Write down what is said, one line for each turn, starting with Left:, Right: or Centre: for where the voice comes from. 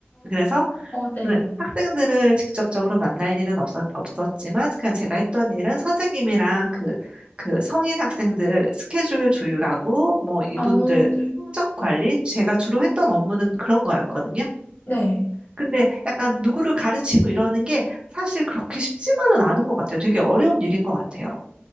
Right: 그래서
Left: 네.
Right: 네, 학생들을 직접적으로 만날 일은 없었, 없었지만, 그냥 제가 했던 일은 선생님이랑 그, 그 성인 학생들 스케줄 조율하고, 뭐, 이분들
Left: 어,
Right: 성적 관리, 제가 주로 했던 업무는 그런 거였거든요.
Left: 네.
Right: 근데 약간 누구를 가르치고 이러는 게 사실 그렇게 쉽지만은 않은 것 같아요. 되게 어려운 일인 것 같아요.